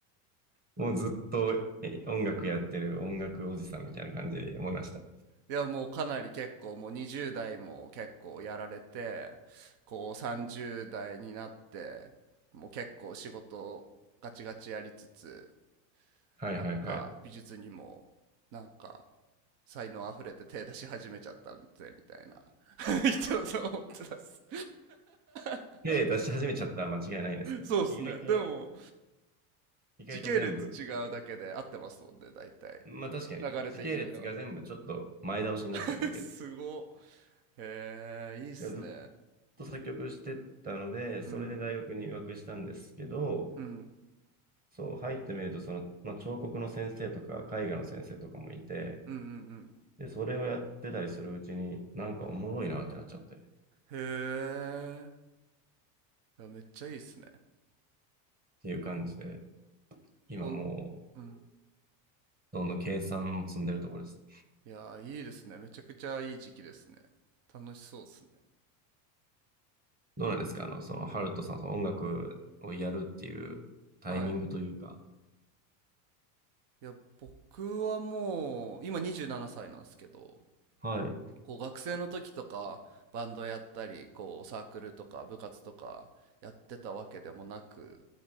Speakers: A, on the right (about 20°); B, on the right (about 60°).
A: もうずっと音楽やってる音楽おじさんみたいな感じで思いました。
B: <laughs> いや、もうかなり結構、もう20代も結構やられて、こう30代になって、もう結構仕事をガチガチやりつつ、
A: はいはいはい。
B: なんか美術にも、なんか才能あふれて手出し始めちゃったぜみたいな <laughs> 人だと思ってたっす <laughs>
A: 系列出し始めちゃったら間違いないですけど、
B: そうっすねでも
A: 意外と、意外と全部、
B: 時系列違うだけで合ってますもんね大体
A: まあ確かに、
B: 流れ的には
A: 時系列が全部ちょっと前倒しになってるだけで。
B: <laughs> すごへえいいっすね
A: でずっと作曲してたので、それで大学に入学したんですけど、
B: うんうん
A: そう、入ってみると、その、まあ、彫刻の先生とか、絵画の先生とかもいて、
B: うんうん
A: で、それをやってたりするうちに、なんかおもろいなってなっちゃって、っ
B: うんへえいやめっちゃいいっすね
A: ていう感じで、今もう、
B: こんうん
A: どんどん計算を積んでるところです。
B: いやいいですねめちゃくちゃいい時期ですね楽しそうっすね
A: どうなんですかあの、その、ハルトさん、その音楽をやるっていうタイミングというか、
B: はいいや、僕はもう、今27歳ななさいなんですけど、
A: はい。
B: こう学生の時とか、バンドやったり、こうサークルとか部活とかやってたわけでもなく、